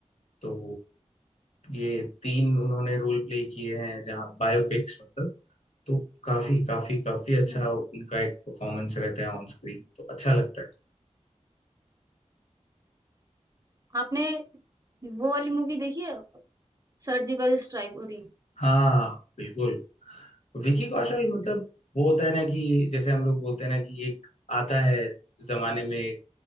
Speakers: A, on the left; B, on the right.
A: तो ये तीन उन्होंने रोल प्ले किए हैं जहाँ बायोपिक्स मतलब तो काफी काफी काफी अच्छा
B: हाँ।
A: उनका एक परफॉर्मेंस रहता है ऑन स्क्रीन तो अच्छा लगता है
B: आपने वो वाली मूवी देखी है सर्जिकल स्ट्राइक उरी
A: हाँ बिल्कुल विकी कौशल मतलब वो होता है ना कि जैसे हम लोग बोलते हैं ना कि एक आता है जमाने में एक